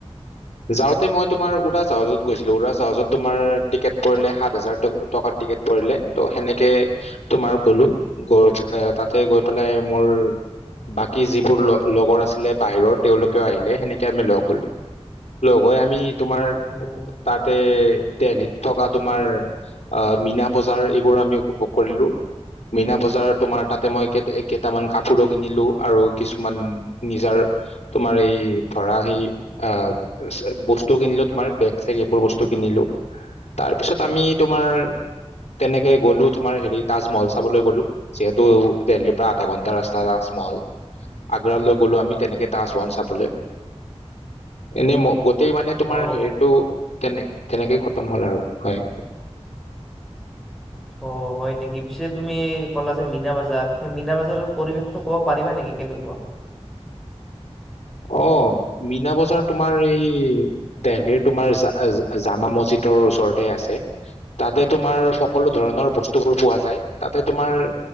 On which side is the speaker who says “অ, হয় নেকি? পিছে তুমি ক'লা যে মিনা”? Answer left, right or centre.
Centre